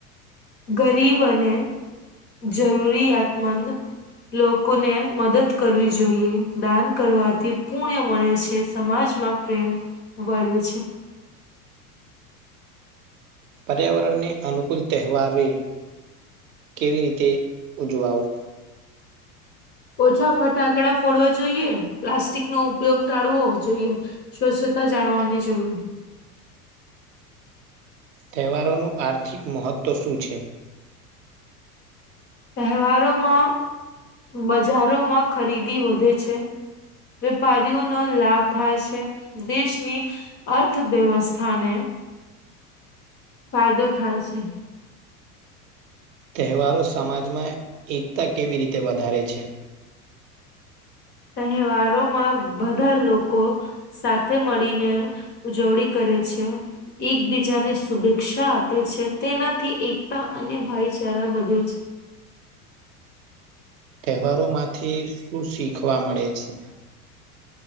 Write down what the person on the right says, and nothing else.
પર્યાવરણને અનુકૂળ તહેવારે કેવી રીતે ઉજવાવો?
તહેવારોનું આર્થિક મહત્ત્વ શું છે?
તહેવારો સમાજમાં એકતા કેવી રીતે વધારે છે?
તહેવારો માંથી શું શીખવા મળે છે?